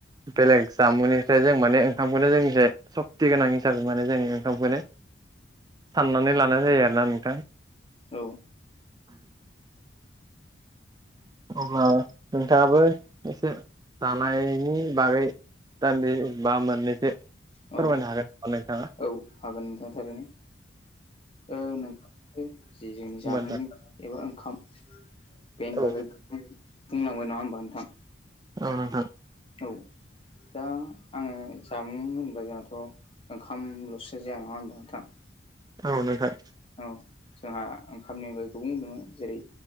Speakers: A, on the right; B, on the left.
A: बेलेग जामुंनिफ्राय जों माने ओंखामखौनो जोंनिजाय सक्ति गोनां हिसाबै माने जों ओंखामखौनो सानानै लानो जानाय जायो आरोना नोंथां।
B: औ
A: अब्ला नोंथाङाबो एसे जानायनि बागै। दान्दि बा मोनैसो फोरमायनो
B: औ
A: हागोन ना नोंथाङा
B: औ हागोन नोंथां थारै ओ नोंथां जि जोंनि जामुंनि
A: मोनदों
B: एबा ओंखाम बेेनिबागै
A: औ
B: बुंलांबाय नङा ओमबा नोंथां?
A: औ नोंथां
B: औ। दा आङो जामुं होनबा जोंहाथ' ओंखामल'सो जाया नङा होनबा नोंथां?
A: औ नोंथां
B: औ जोंहा ओंखामनि अनगायै गुबुं दङ जेरै